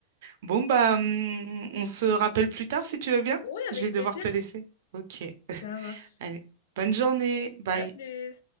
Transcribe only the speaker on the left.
Ouais, avec
plaisir.
Ça marche.
À plus.